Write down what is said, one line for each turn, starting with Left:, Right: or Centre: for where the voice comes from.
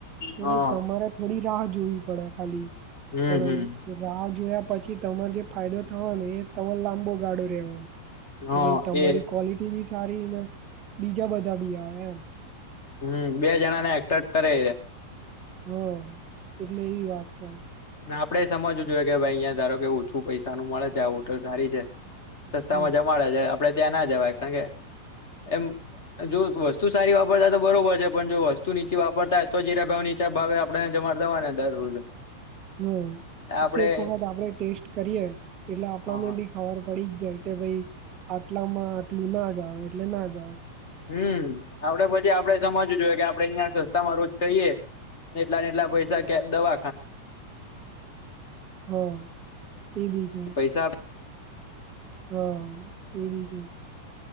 Right: કે
Left: હા
Right: ભાઈ તમારે થોડી રાહ જોવી પડે ખાલી
Left: હમ
Right: પણ
Left: હમ
Right: રાહ જોયા પછી તમારે જે ફાયદો થવા ને એ તમાર લાંબો <inaudible> કે
Left: હા
Right: ભાઈ તમારી
Left: એ
Right: ક્વોલિટી બી સારી બીજા બધા બી આવે એમ
Left: હમમ બે જણા ને એક્ટ કરે
Right: હો, એટલે એવી વાત છે.
Left: ને આપડે સમજવું જોઈએ કે ભાઈ અહંયા ધારો કે ઓછું પૈસા નુ મળે છે, આ હોટલ સારી છે. સસ્તામાં
Right: હા
Left: જમાડે છે આપડે ત્યાં ના જવાય કારણ કે એમ જો વસ્તુ સારી વાપરતા તો બરોબર છે, પણ જો વસ્તુ નીચી વાપરતા હો તો જીરા ભાવ ની ચા ભાવે આપડે જમા દવા ને દરરોજ
Right: હમ
Left: આપડે
Right: તો એક વખત આપડે ટેસ્ટ કરીએ એટલે આપણને
Left: હા
Right: બી <inaudible> પડી જ જાય કે ભાઈ આટલામાં આટલું ના જાાવ એટલે ના જાવ
Left: હુંઆપડે પછી આપડે સમજવું જોઈએ કે આપડે અહિયાં સસ્તામાં રોજ ખાઈએ એટલા ને એટલા પૈસા કે દવાખા
Right: હા એ બીજ
Left: પૈસા
Right: હા એ બી છે